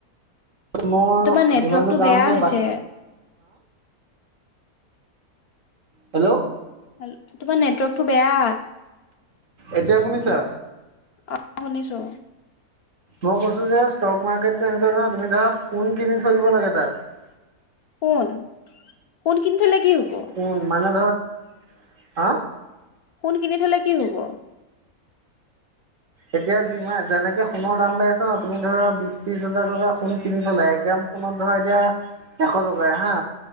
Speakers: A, on the right; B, on the left.
A: মই
B: তোমাৰ নেটৱৰ্কটো
A: যিমানটো দাম
B: বেয়া হৈছে
A: বা? হেল্ল'?
B: হেল তোমাৰ নেটৱৰ্কটো বেয়া।
A: এতিয়া শুনিছা?
B: অ' শুনিছো।
A: মই কৈছো যে ষ্টক মাৰ্কেট কেনেকুৱা জা তুমি ধৰা সোণ কিনি থৈ দিব লাগে তাত।
B: সোণ? সোণ কিনি থলে কি হব
A: সোণ মানে ধৰ, হা?
B: সোণ কিনি থলে কি হব?
A: এতিয়া <unintelligible> যেনেকে সোণৰ দাম বাঢ়ি আছে ন তুমি ধৰা বিছ ত্ৰিছ হাজাৰ টকা সোণ কিনি থলে এক গ্ৰাম সোণত‌ ধৰা এতিয়া এশ টকাই হা